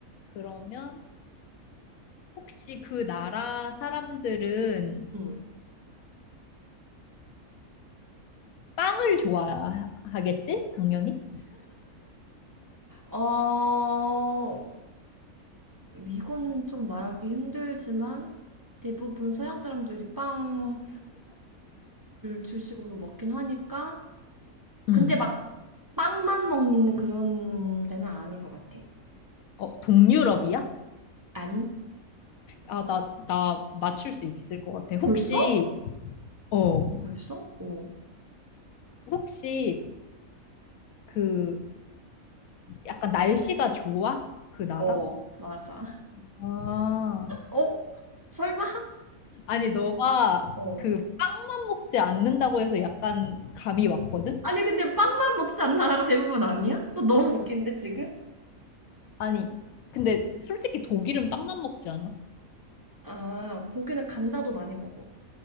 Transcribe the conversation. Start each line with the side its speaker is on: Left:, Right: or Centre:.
Left: 그러면 혹시 그 나라 사람들은
Right: 음.
Left: 빵을 좋아하겠지? 당연히?
Right: 어 이거는 좀 말하기 힘들지만 대부분 서양 사람들이 빵을 주식으로 먹긴 하니까 근데
Left: 응.
Right: 막 빵만 먹는 그런 데는 아닌 것 같아.
Left: 어, 동유럽이야?
Right: 아니
Left: 아, 나, 나 맞출 수 있을 것 같아. 혹시,
Right: 벌써?
Left: 어,
Right: 벌써? 어.
Left: 혹시 그 약간 날씨가 좋아? 그 나라?
Right: 어, 맞아.
Left: 아,
Right: <laughs> 어? 설마?
Left: 아니, 너가
Right: 어.
Left: 그 빵만 먹지 않는다고 해서 약간 감이 왔거든?
Right: 아니 근데 빵만 먹지 않는 나라가 대부분 아니야? 너 너무 웃긴데 지금?
Left: 아니, 근데 솔직히 독일은 빵만 먹지 않아?
Right: 아 독일은 감자도 많이 먹어.